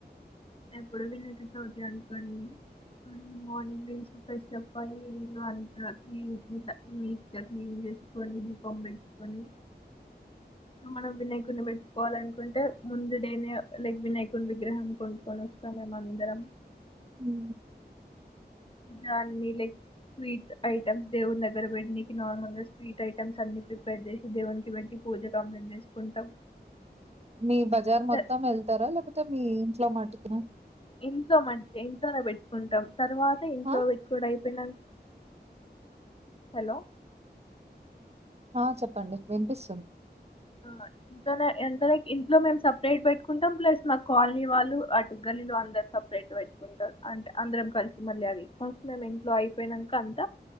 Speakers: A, on the left (about 30°); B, on the right (about 35°).
A: ఎప్పుడు వినాయకాచవితి అనుకోండి మార్నింగ్ లేసి ఫ్రెష్ అప్పి అయ్యి ఇల్లు అంతా క్లీన్ గా నీట్ గా క్లీన్ చేసుకోని దీపం పెట్టుకోని మనం వినాయకుడిని పెట్టుకోవాలి అనుకుంటే ముందు డే నే లైక్ వినాయకుడిని విగ్రహం కొను కొనిస్తే మేమందరం
B: ఉ
A: దాన్ని లైక్ స్వీట్ ఐటమ్స్ దేవుని దగ్గర పెట్నీకి నార్మల్గా స్వీట్ ఐటమ్స్ అన్ని ప్రిపేర్ చేసి దేవునికి పెట్టి పూజ కంప్లైంట్ చేసుకుంటాం
B: మీ బజార్
A: త-
B: మొత్తం వెళ్తారా లేపోతే మీ ఇంట్లో మటుకేనా
A: ఇంట్లో మటుకే ఇంట్లోనే పెట్టుకుంటాం తర్వాత ఇంట్లో
B: ఆ
A: పెట్టుకోడు అయి పోయినంక్ హలో
B: ఆ చెప్పండి వినిపిస్తుంది
A: ఆ ఇంట్లోనే అంటే లైక్ ఇంట్లో మేము సపరేట్ పెట్టుకుంటాం ప్లస్ మా కాలనీ వాళ్ళు అటు గల్లిలో అందరు సపరేట్ పెట్టుకుంటాం అంటే అందరం కలిసి మళ్ళీ అవి ఫస్ట్ మేము ఇంట్లో అయిపోయినంక అంత